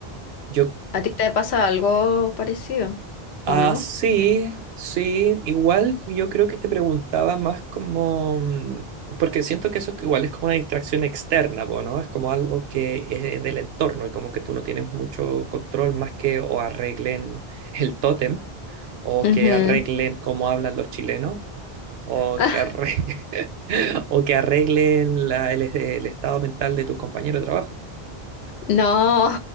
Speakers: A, on the right (about 75°); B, on the left (about 85°).
A: Yo,
B: ¿A ti te pasa algo parecido
A: ah,
B: o no?
A: sí, sí. Igual yo creo que te preguntaba más como, mm, porque siento que eso es igual es como una distracción externa, po, ¿no? Es como algo que es del entorno y como que tú no tienes mucho control más que o arreglen el tótem o
B: Ujú.
A: que arreglen cómo hablan los chilenos o
B: <laughs>
A: que arregle, <laughs> o que arreglen la- el, el estado mental de tus compañeros de trabajo.
B: No.